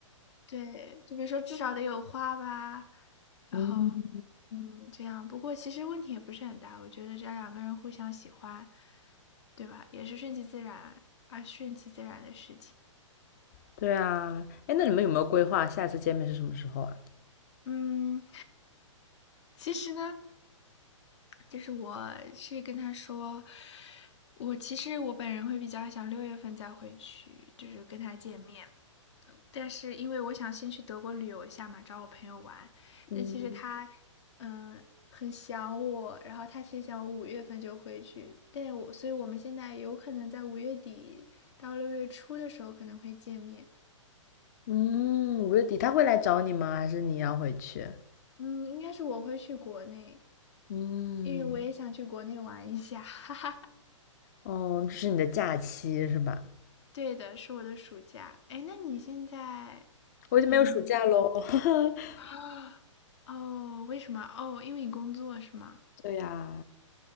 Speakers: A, on the left; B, on the left.
A: 对，就比如说至少得有花吧，然后，
B: 嗯，
A: 嗯，这样。不过其实问题也不是很大，我觉得只要两个人互相喜欢，对吧？也是顺其自然，而顺其自然的事情。
B: 对啊，哎，那你们有没有规划下次见面是什么时候啊？
A: 嗯，其实呢，就是我是跟他说，我其实我本人会比较想六月份再回去，就是跟他见面。但是因为我想先去德国旅游一下嘛，找我朋友玩，但其实他，
B: 嗯，
A: 嗯，很想我，然后他其实想我五月份就回去，但我，所以我们现在有可能在五月底到六月初的时候可能会见面，
B: 嗯，五月底他会来找你吗？还是你要回去？
A: 嗯，应该是我会去国内，
B: 嗯，
A: 因为我也想去国内玩一下，<laughs> 哈哈。
B: 哦，这是你的假期是吧？
A: 对的，是我的暑假。哎，那你现在，
B: 我已经没有暑假喽。
A: 嗯，
B: <laughs>
A: 啊，哦，为什么？哦，因为你工作是吗？
B: 对呀，